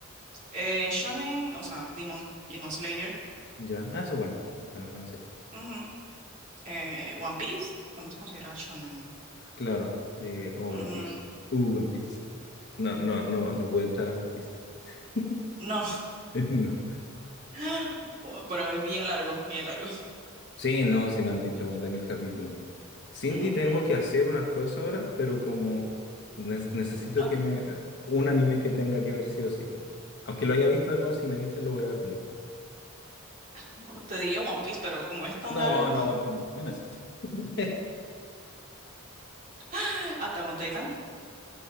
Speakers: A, on the right; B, on the left.
A: Eh, Shonen, o sea, Demon, Demon Slayer.
B: Ya. Ah, sí, buena. Buena, buena serie.
A: ujú. Eh, One Piece. También se considera shonen.
B: Claro. Eh, oh,
A: Mm,
B: One Piece. Uh, One Piece. No, no, no, no pude entrar a One Piece. <laughs>
A: no,
B: No.
A: <gasps> pero es bien largo, bien largo.
B: Sí, no, sí me han dicho más de mil capítulos. ¿no? Cindy,
A: Mm,
B: tengo que hacer unas cosas ahora, pero como ne- necesito
A: ok,
B: que me... un anime que tenga que ver sí o sí. Aunque lo haya visto de nuevo, si me dices lo voy a ver de nuevo.
A: bueno, te diría One Piece, pero como es tan
B: No,
A: largo,
B: no, One Piece no. Bueno, eso. <laughs>
A: <gasps> hasta con Titan.